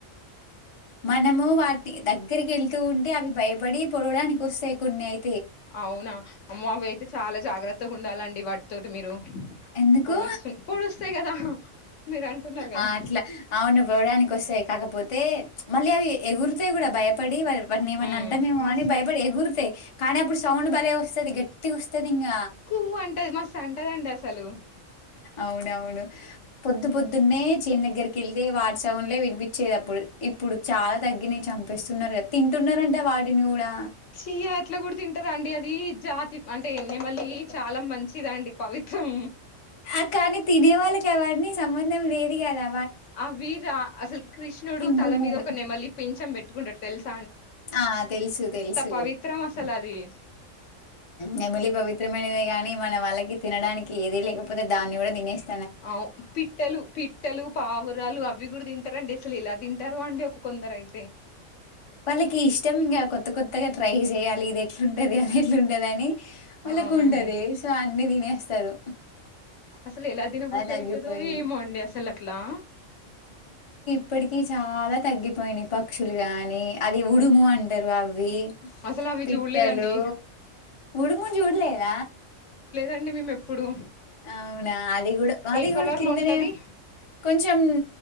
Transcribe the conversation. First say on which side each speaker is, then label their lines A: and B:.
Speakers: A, on the left; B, on the left.
A: మనము వాటి దగ్గరికి వెళ్తూ ఉంటే అవి భయపడి పడవాడానికి కోస్తాయి కూని అయి
B: అవునా అమ్మో అవి అయితే చాలా జాగ్రత్తగా ఉండాలండి వాటి తోటి మీరు
A: ఎందుకు
B: పొడుస్తు పొడుస్తాయి కదా మీరు అంటున్నారు కదా
A: ఆ అట్లా అవును పోవడానికి వస్తే కాకపోతే మళ్ళీ అది ఎగురుతాయి కూడా భయపడి వాటిని ఏమన్నా
B: ఉమ్
A: అంటామేమో
B: మస్త్
A: అని భయపడి ఎగురుతాయి కానీ అప్పుడు సౌండ్ భలే వస్తుంది గట్టి వస్తే ఇంగ
B: కూ అంటది మస్తు అంటదండి అసలు
A: అవును అవును పొద్దు పొద్దున్నే చేన్ దగ్గరికి వెళ్తే వాటి సౌండ్లే వినిపించేవి అప్పుడు ఇప్పుడు చాలా తగ్గిన చంపేస్ న్నారు కదా తింటున్నారంటే వాటిని కూడా
B: చీ అట్లా కూడా తింటారా అండి అది జాతి అంటే నెమలి చాలా మంచిదండి పవిత్రం
A: ఆ కానీ తినే వాళ్ళకి అవ్వన్నీ సంబంధం లేదు కదా
B: ఆ వీర అసలు కృష్ణుడు
A: తింటున్నారు.
B: తల మీద ఒక నెమలి పింఛం బెట్టి కుంటాడు తెల్సు
A: ఆ తెలుసు తెలుసు
B: పవిత్రం అసలు అది
A: నెమలి పవిత్రమైనదే గాని మన వాళ్ళకి తినడానికి ఏదీ లేకపోతే దాన్ని కూడా తినేస్
B: అవు పిట్టలు పిట్టలు పావురాలు అవి కూడా తింటారు అండి అసలు ఏలా తిం తరు అండి ఒక కొందరు అయి
A: వాళ్ళకి ఇష్టం ఇంగ కొత్త కొత్త కొత్తగా ట్రై చేయాలి ఇది ఎట్లుంటది అది ఎట్లుంటది అని వాళ్లకు
B: అవునండి
A: ఉంటది సో అన్నీ తినేస్త సారు
B: అసలు ఎలా తిన బుద్ది
A: తగ్గిపోయినాయి.
B: అయితదో ఏమో అండి అసలు అట్లా
A: ఇప్పటికీ చాలా తగ్గిపోయినయి పక్షులు గాని అది ఉడుము అంట టారు ఆవి
B: అసలు అవి
A: పిట్టలు
B: చూడలేదండి
A: ఉడుము చుడ్లేద
B: అదండి మేము ఎప్పుడు
A: ఆవునా అదిగూడ అదిగూడ
B: ఏ కలర్
A: కిందనే
B: లో ఉంటది
A: కొంచెం